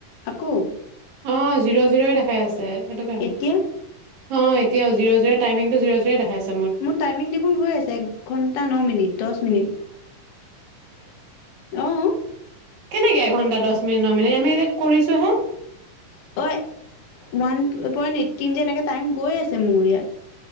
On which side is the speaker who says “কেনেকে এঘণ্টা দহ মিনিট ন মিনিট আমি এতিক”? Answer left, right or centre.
Right